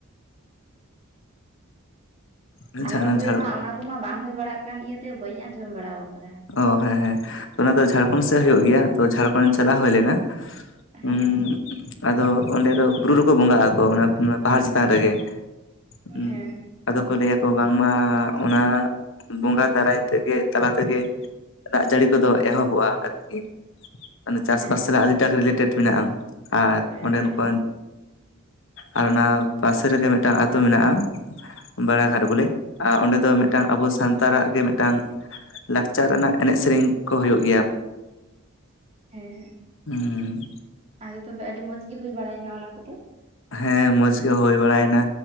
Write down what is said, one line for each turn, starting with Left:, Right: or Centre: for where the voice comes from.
Left: ᱦᱩᱸ
Right: ᱟᱞᱮ
Left: ᱡᱷᱟᱲ
Right: ᱱᱚᱛᱮ
Left: ᱡᱷᱟᱲ
Right: ᱢᱟ ᱚᱱᱟ ᱠᱚᱢᱟ ᱵᱟᱝ ᱦᱩᱭ ᱵᱟᱲᱟᱜ ᱠᱟᱱ, ᱤᱭᱟᱹᱛᱮ ᱵᱟᱹᱧ ᱟᱸᱡᱚᱢ ᱵᱟᱲᱟᱣ ᱠᱟᱫᱟ ᱾
Left: ᱚ ᱦᱮᱸ ᱦᱮᱸ ᱛᱚ ᱚᱱᱟ ᱫᱚ ᱡᱷᱟᱲᱠᱷᱚᱸᱰ ᱥᱮᱫ ᱦᱩᱭᱩᱜ ᱜᱮᱭᱟ ᱾ ᱛᱚ ᱡᱷᱟᱲᱠᱷᱚᱸᱰ ᱪᱟᱞᱟᱣ ᱦᱩᱭ ᱞᱮᱱᱟ ᱾ ᱦᱩᱸ
Right: ᱦᱮᱸ
Left: <unintelligible> ᱟᱫᱚ ᱚᱸᱰᱮ ᱫᱚ ᱵᱩᱨᱩ ᱨᱮᱠᱚ ᱵᱚᱸᱜᱟᱜ ᱟᱠᱚ ᱚᱱᱟ ᱯᱟᱦᱟᱲ ᱪᱮᱛᱟᱱ ᱨᱮᱜᱮ ᱾
Right: ᱦᱮᱸ
Left: ᱟᱫᱚ ᱠᱚ ᱞᱟᱹᱭᱟᱠᱚ ᱵᱟᱝᱢᱟ ᱚᱱᱟ ᱵᱚᱸᱜᱟ ᱫᱟᱨᱟᱭ ᱛᱮᱜᱮ ᱛᱟᱞᱟ ᱛᱮᱜᱮ ᱫᱟᱜ ᱡᱟᱹᱲᱤ ᱠᱚᱫᱚ ᱮᱦᱚᱵᱚᱜ-ᱟ ᱟᱨᱠᱤ ᱾ ᱢᱟᱱᱮ ᱪᱟᱥᱵᱟᱥ
Right: ᱦᱮᱸ
Left: ᱥᱟᱞᱟᱜ ᱟᱹᱰᱤᱴᱟ ᱨᱤᱞᱮᱴᱮᱰ ᱢᱮᱱᱟᱜ-ᱟ ᱟᱨ
Right: ᱦᱮᱸ
Left: ᱚᱸᱰᱮᱱ ᱠᱚ ᱟᱨ ᱚᱱᱟ ᱯᱟᱥᱮ ᱨᱮᱜᱮ ᱢᱤᱫᱴᱟᱝ ᱟᱛᱳ ᱢᱮᱱᱟᱜ-ᱟ ᱵᱟᱲᱟ ᱜᱷᱟᱴ ᱵᱚᱞᱮ, ᱟᱨ ᱚᱸᱰᱮ ᱫᱚ ᱢᱤᱫᱴᱟᱝ
Right: ᱦᱮᱸ
Left: ᱟᱵᱚ ᱥᱟᱱᱛᱟᱲᱟᱜ ᱜᱮ ᱢᱤᱫᱴᱟᱝ ᱞᱟᱠᱪᱟᱨ ᱨᱮᱱᱟᱜ ᱮᱱᱮᱡ ᱥᱮᱨᱮᱧ ᱠᱚ ᱦᱩᱭᱩᱜ ᱜᱮᱭᱟ
Right: ᱦᱮᱸ
Left: ᱦᱮᱸ
Right: ᱟᱫᱚ ᱛᱚᱵᱮ ᱟᱹᱰᱤ ᱢᱚᱸᱡᱽ ᱜᱤ ᱦᱩᱭ ᱵᱟᱲᱟᱭᱱᱟ ᱚᱱᱟ ᱠᱚᱫᱚ?
Left: ᱦᱮᱸ ᱢᱚᱸᱡᱽ ᱜᱮ ᱦᱩᱭ ᱵᱟᱲᱟᱭ ᱱᱟ